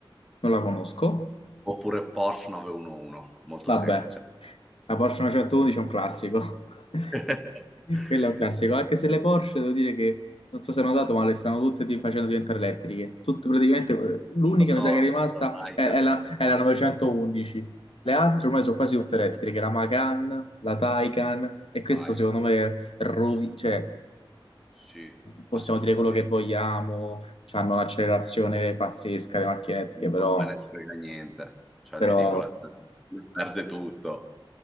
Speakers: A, on the left (about 85°); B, in the centre.
A: non la conosco.
B: oppure Porsche 911, molto
A: Vabbè,
B: semplice.
A: la Porsche 911 è un classico. <laughs>
B: <laughs>
A: Quello è un classico, anche se le Porsche devo dire che non so se hanno dato, ma le stanno tutte di- facendo diventare elettriche. Tutte praticamente, l'unica
B: Lo so,
A: mi sa che è rimasta
B: la Taycan,
A: è, è la,
B: queste
A: è
B: qua,
A: la 911.
B: no?
A: Le altre ormai sono quasi tutte elettriche, la Macan, la Taycan, e questo
B: La Taycan,
A: secondo me rovi- cioè,
B: sì, sì,
A: possiamo
B: assolutamente.
A: dire quello che vogliamo, hanno un'accelerazione pazzesca le macchine elettriche, però,
B: Non me ne frega niente, cioè
A: però
B: ti dico, la <laughs> Champions perde tutto.